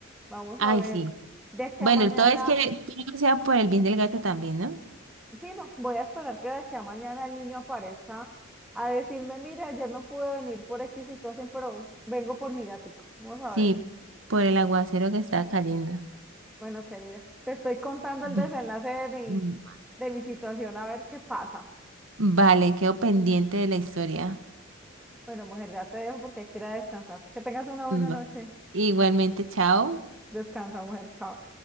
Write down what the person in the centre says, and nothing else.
Vamos
a ver
de aquí
a mañana,
sí, no, voy a esperar que de aquí a mañana el niño aparezca a decirme, mire, ayer no pude venir por X situación, pero vengo por mi gatico. Vamos a
ver.
Bueno, querida, te estoy contando
el desenlace de mi,
de mi situación, a ver qué pasa.
Bueno, mujer, ya te dejo porque hay que ir a descansar. Que tengas una buena
noche.
Descansa, mujer, chao.